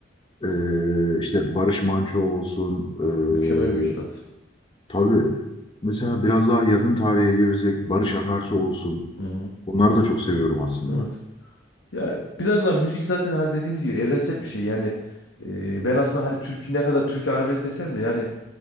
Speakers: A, on the left (about 25°); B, on the left (about 65°).
A: eee, işte Barış Manço olsun. eee
B: Ya, mükemmel bir üstad.
A: tabii mesela biraz daha yakın tarihe girecek Barış Akarsu olsun.
B: Hı hı.
A: Bunları da çok seviyorum aslında.
B: Evet. Ya biraz daha müzik zaten hani dediğimiz gibi evrensel bir şey. Yani e, ben aslında hani Türk ne kadar Türkiye arabesk desem de yani